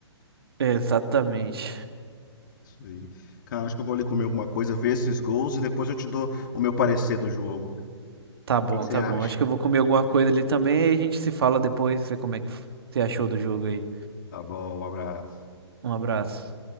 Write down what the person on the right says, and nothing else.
Exatamente.
Tá bom,
tá
bom. Acho que eu vou comer alguma coisa ali também e a gente se fala depois, ver como é que você achou do jogo aí.
Um abraço.